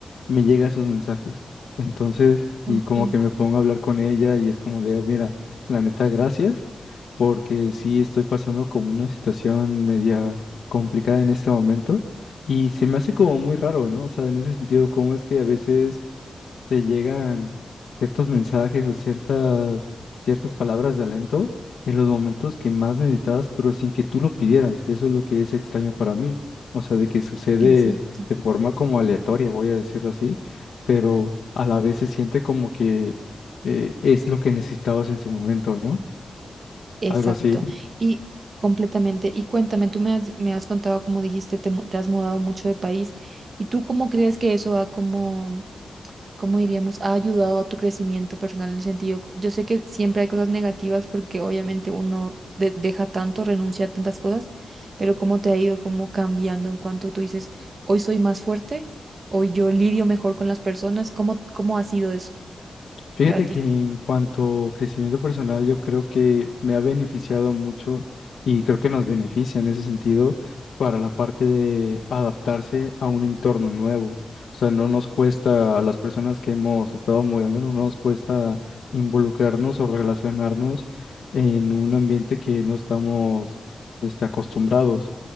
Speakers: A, on the left (about 80°); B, on the right (about 55°).
A: me llega sus mensajes. Entonces,
B: ok,
A: y como que me pongo a hablar con ella y es como de, "Oh, mira, la neta, gracias, porque sí estoy pasando como una situación media complicada en este momento y se me hace como muy raro, ¿no? O sea, en ese sentido, ¿cómo es que a veces te llegan ciertos mensajes o ciertas, ciertas palabras de alento en los momentos que más necesitabas, pero sin que tú lo pidieras? Eso es lo que es extraño para mí. O sea, de que sucede
B: exacto.
A: de forma como aleatoria, voy a decirlo así, pero a la vez se siente como que eh, es lo que necesitabas en su momento, ¿no?
B: Exacto.
A: Algo así.
B: Y completamente. Y cuéntame, tú me has, me has contado, como dijiste, te, mu- te has mudado mucho de país. ¿Y tú cómo crees que eso ha, como, cómo diríamos, ha ayudado a tu crecimiento personal en el sentido? co- Yo sé que siempre hay cosas negativas porque obviamente uno de- deja tanto, renuncia a tantas cosas, pero ¿cómo te ha ido como cambiando en cuanto tú dices, hoy soy más fuerte, hoy yo lidio mejor con las personas? ¿Cómo, cómo ha sido eso
A: Fíjate
B: para ti?
A: que en cuanto a crecimiento personal, yo creo que me ha beneficiado mucho y creo que nos beneficia en ese sentido para la parte de adaptarse a un entorno nuevo. O sea, no nos cuesta, a las personas que hemos estado mudando, no nos cuesta involucrarnos o relacionarnos en un ambiente que no estamos este, acostumbrados.